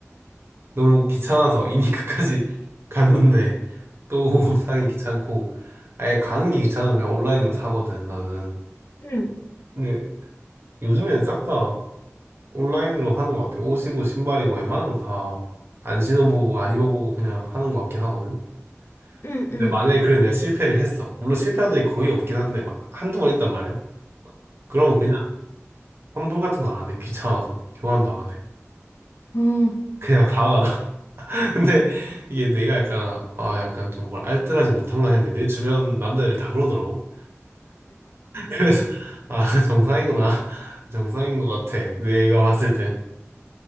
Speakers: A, on the right; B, on the left.
A: 너무 귀찮아서 이미 <laughs> 끝까지 갔는데 또 <laughs> 사긴 귀찮고 아예 가는 게 귀찮으면 그냥 온라인으로 사거든 나는.
B: 음.
A: 근데 요즘에는 싹 다 온라인으로 하는 것 같아. 옷이고 신발이고 웬만하면 다 안 신어보고 안 입어보고 그냥 하는 것 같긴 하거든.
B: 응,
A: 근데
B: 응,
A: 만약에 그래 내가 실패를 했어. 물론 실패한 적이 거의 없긴 한데 막 한두 번 있단 말이야. 그럼 그냥 환불 같은 거 안 해. 귀찮아서. 교환도 안 해.
B: 응.
A: <laughs> 그냥 박아 놔. <laughs> 근데 이게 내가 약간 아 약간 좀 뭘 알뜰하지 못한가 했는데 내 주변 남자들 다 그러더라고. <laughs> 그래서 아 정상이구나. <laughs> 정상인 것 같아. 내가 봤을 땐.